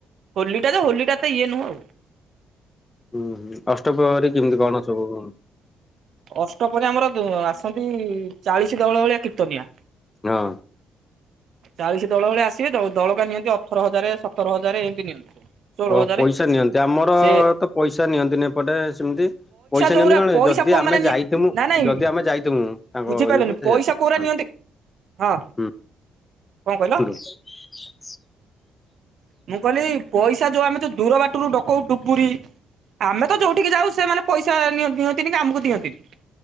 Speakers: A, on the right; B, on the left.
A: ହୋଲିଟା ହୋଲିଟା ତ ଇଏ ନୁହଁ ଆଉ।
B: ହୁଁ ହୁଁ ଅଷ୍ଟପହରୀ କେମିତି କଣ ସବୁ।
A: ଅଷ୍ଟ ପ୍ରହରୀ ଆମର ଆସନ୍ତି ଚାଳିଶ ଦଳ ଭଳିଆ କୀର୍ତ୍ତନିଆ।
B: ହଁ।
A: ଚାଳିଶ ଦଳ ଭଳିଆ ଆସିବେ ଦଳକା ନିଅନ୍ତି ଅଠର ହଜାର ସତର ହଜାର ଏମିତି ନିଅନ୍ତି। ଷୋହଳ
B: ଓ
A: ହଜାର
B: ପଇସା ନିଅନ୍ତି ଆମର
A: ସେ
B: ତ ପଇସା ନିଅନ୍ତିନି ଏପଟେ ସେମିତି। ପଇସା
A: ଯୋଉରା
B: ନିଅନ୍ତି କଣ
A: ପଇସା
B: ଯଦି
A: କୋଉ
B: ଆମେ
A: ମାନେ
B: ଯାଇଥି ମୁଁ।
A: ନା ନାଇଁ
B: ଯଦି ଆମେ ଯାଇଥିବୁ ତାଙ୍କ
A: ବୁଝିପାରିଲନି
B: ଇଏକୁ
A: ପଇସା
B: ଆସ ହଁ
A: କୋଉରା ନିଅନ୍ତି
B: ହୁଁ।
A: ହଁ କଣ କହିଲ।
B: <unintelligible>
A: ମୁଁ କହିଲି ପଇସା ଯୋଉ ଆମେ ଦୂର ବାଟରୁ ଡକଉ ଡୁବୁରି। ଆମେ ତ ଯୋଉଠିକି ଯାଉ ସେମାନେ ପଇସା ନିଅ-ନିଅନ୍ତିନି କି ଆମକୁ ଦିଅନ୍ତିନି।